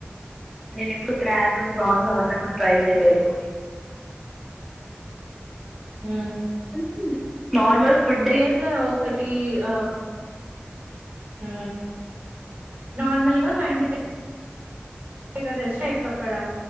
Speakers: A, in the centre; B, on the right (about 40°).
A: నేను ఎప్పుడు క్రాబ్ ప్రాన్స్ అవంతా కూడ ట్రై చేయలేదు తో
B: హు
A: ఉహు నార్మల్ ఫుడ్డే
B: వియడ్గా ఒకటి ఆ హు నార్మల్గా మా ఇంటిద ్గ రెస్ట్ ైక్ అక్కడ